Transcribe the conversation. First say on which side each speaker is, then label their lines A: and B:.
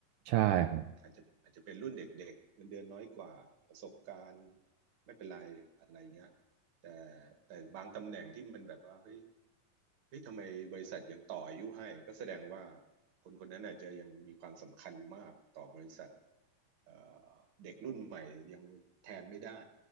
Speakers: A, on the right (about 80°); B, on the right (about 50°).
A: ใช่ครับ
B: อาจจะอาจจะเป็นรุ่นเด็กๆเงินเดือนน้อยกว่าประสบการณ์ไม่เป็นไรอะไรเงี้ยแต่แต่บางตำแหน่งที่มันแบบว่าเฮ้ย เฮ้ยทำไมบริษัทยังต่ออายุให้ก็แสดงว่าคนคนนั้นอาจจะยังมีความสำคัญมากต่อบริษัทเอ่อเด็กรุ่นใหม่ยังแทนไม่ได้